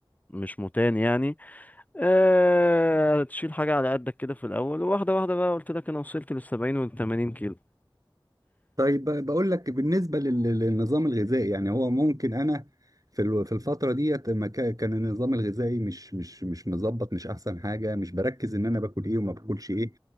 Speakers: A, on the left; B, on the right.
A: مش متان يعني أه... تشيل حاجة على قدك كده في الاول وواحدة واحدة بقى قلت لك انا وصلت للسبعين والثمانين كيلو
B: طيب ب- بقول لك بالنسبة لل- للنظام الغذائي يعني هو ممكن أنا في ال- في الفترة ديت ما كا- كان النظام الغذائي مش مش مش مظبط مش أحسن حاجة مش بركز إن أنا باكل إيه وما باكلش إيه